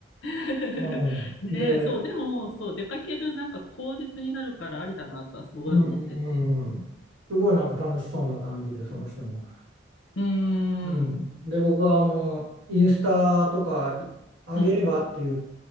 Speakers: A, on the left (about 75°); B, on the right (about 80°).
A: <laughs>
B: うん、
A: ねえ、
B: で、
A: そう、でも、そう、出かけるなんか口実になるからありだなとはすごい思ってて。
B: うん、うんうん、すごいなんか楽しそうな感じで、その人も。
A: うーん、
B: うん。で、僕はあの、インスタとかあげればって言う、
A: うん、